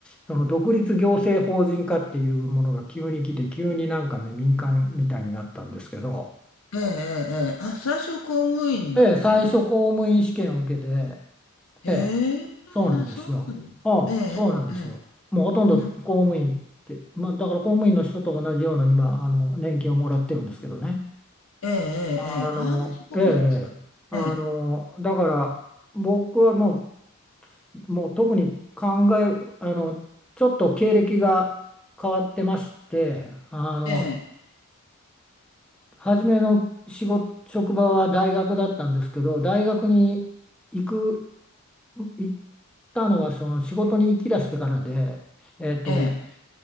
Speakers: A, in the centre; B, on the left.
A: その独立行政法人化っていうものが急に来て、急になんかね、民間みたいになったんですけど、
B: ええええええええあ、最初公務員だったんです。
A: で、最初公務員試験を受けて、
B: ええ、
A: ええ、そうなんですよ。
B: あ、そうなんだ。
A: ああ、
B: ええええ。
A: そうなんですよ。もうほとんど公務員って、
B: うん。
A: まあ、だから公務員の人と同じような今、あの、年金をもらってるんですけどね。
B: ええええ
A: あの、
B: ええ。ああ、そうなんですか。
A: ええ、ええあの、
B: ええ、
A: だから僕はもう、もう特に考え、あの、ちょっと経歴が変わってまして、あの、
B: ええ、
A: 初めの仕事、職場は大学だったんですけど、大学に行く、行ったのはその仕事に行き出してからで、えっと、
B: ええ。